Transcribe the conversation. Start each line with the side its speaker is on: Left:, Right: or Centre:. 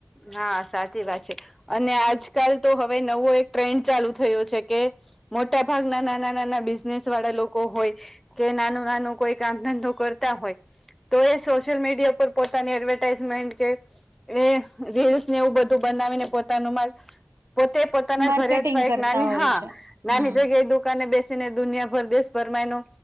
Centre: હા સાચી વાત છે. અને આજકાલ તો હવે નવો એક ટ્રેન્ડ ચાલુ થયો છે કે મોટા ભાગના નાના નાના બિઝનેસ વાળા લોકો હોય. કે નાનું નાનું કોઈ કામ ધંધો કરતા હોય. તો એ સોશિયલ મીડિયા પર પોતાની એડવર્ટાઈઝમેન્ટ કે એ રીલ્સ ને એવું બધું બનાવીને પોતાનું મા પોતે પોતાના
Right: માર્કેટિંગ
Centre: ઘરે અથવા
Right: કરતા
Centre: એક નાની
Right: હોય
Centre: હા
Right: છે હમ
Centre: નાની જગ્યાએ દુકાને બેસી ને દુનિયા ભર દેશ ભરમાં એનો